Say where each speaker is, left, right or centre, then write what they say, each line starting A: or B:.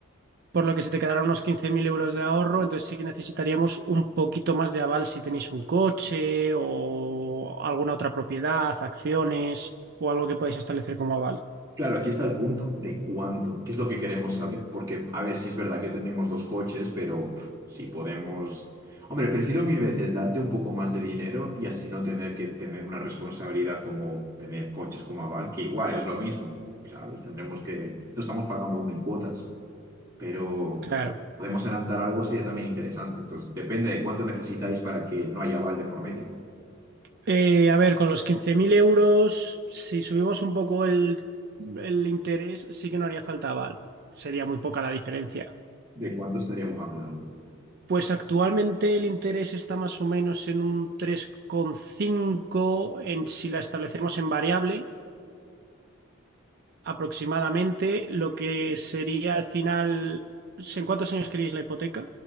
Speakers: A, on the right; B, on the right.
A: por lo que se te quedarán unos 15.000 euros de ahorro, entonces sí que necesitaríamos un poquito más de aval si tenéis un coche o alguna otra propiedad, acciones o algo que podáis establecer como aval.
B: Claro, aquí está el punto de cuánto, qué es lo que queremos saber, porque, a ver, si es verdad que tenemos dos coches, pero pff, si podemos... Hombre, prefiero mil veces darte un poco más de dinero y así no tener que tener una responsabilidad como tener coches como aval, que igual es lo mismo. O sea, los tendremos que... Lo estamos pagando aún en cuotas, pero
A: Claro.
B: pff, podemos adelantar algo sería también interesante. Entonces, depende de cuánto necesitáis para que no haya aval de por medio.
A: Eh, a ver, con los 15.000 euros, si subimos un poco el, el interés, sí que no haría falta aval. Sería muy poca la diferencia.
B: ¿De cuánto estaríamos hablando?
A: Pues actualmente el interés está más o menos en un tres coma cinco en si la establecemos en variable aproximadamente lo que sería al final, ¿sí, ¿en cuántos años queréis la hipoteca?